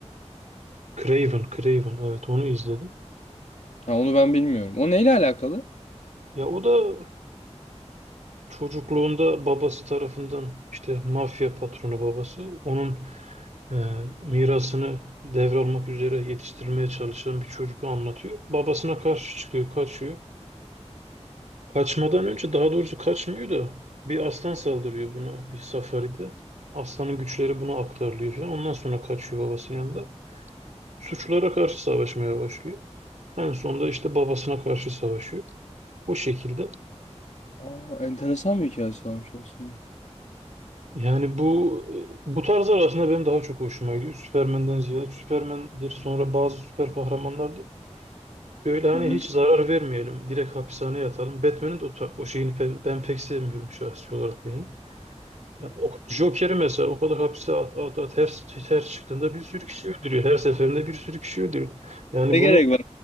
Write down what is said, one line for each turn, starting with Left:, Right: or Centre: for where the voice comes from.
Right: Craven, Craven evet onu izledim.
Left: Ha, onu ben bilmiyorum. O neyle alakalı?
Right: Ya o da çocukluğunda babası tarafından işte mafya patronu babası. Onun e, mirasını devralmak üzere yetiştirilmeye çalışan bir çocuğu anlatıyor. Babasına karşı çıkıyor, kaçıyor. Kaçmadan önce daha doğrusu kaçmıyor da bir aslan saldırıyor buna bir safaride. Aslanın güçleri buna aktarılıyor falan. Ondan sonra kaçıyor babasının yanında. Suçlara karşı savaşmaya başlıyor. En sonunda işte babasına karşı savaşıyor. Bu şekilde.
Left: Aa, enteresan bir hikayesi varmış aslında.
Right: Yani bu bu tarzlar aslında benim daha çok hoşuma gidiyor. Süpermen'den ziyade Süpermen'dir sonra bazı süper kahramanlardır. Böyle hani
Left: Hı hı.
Right: hiç zarar vermeyelim. Direkt hapishaneye yatalım. Batman'in de o, ta- o şeyini pe- ben pek sevmiyorum şahsi olarak yani. Ya, o, Joker'i mesela o kadar hapse at at at her, her çıktığında bir sürü kişi öldürüyor. Her seferinde bir sürü kişi öldürüyor. Yani
Left: Ne
Right: bunu
Left: gerek var?